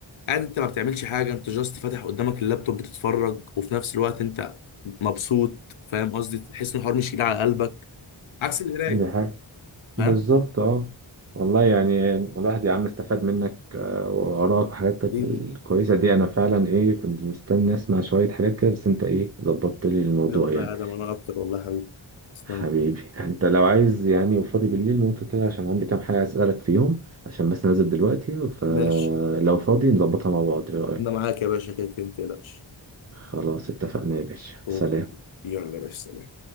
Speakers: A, on the left (about 80°); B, on the right (about 30°).
A: قاعد انت ما بتعملش حاجه انت جاست فاتح قدامك اللابتوب بتتفرج وفي نفس الوقت انت مبسوط فاهم قصدي تحس ان الحوار مش تقيل على قلبك عكس القرايه
B: امم
A: فاهم
B: بالظبط اه والله يعني الواحد يا عم استفاد منك آه، وآرائك وحاجاتك
A: حبيبي
B: الكويسة دي أنا فعلا إيه كنت مستني أسمع شوية حاجات كده بس أنت إيه ظبطت لي الموضوع
A: حبيبي والله
B: يعني
A: يا ادم انا اكتر والله يا حبيبي تسلم
B: حبيبي أنت لو عايز يعني وفاضي بالليل ممكن كده عشان عندي كام حاجة عايز أسألك فيهم عشان بس نازل دلوقتي فلو
A: ماشي
B: فاضي نظبطها مع بعض إيه رأيك؟
A: انا معاك يا باشا كده كده ما تقلقش
B: خلاص اتفقنا يا باشا
A: اوكي
B: سلام
A: يلا يا باشا سلام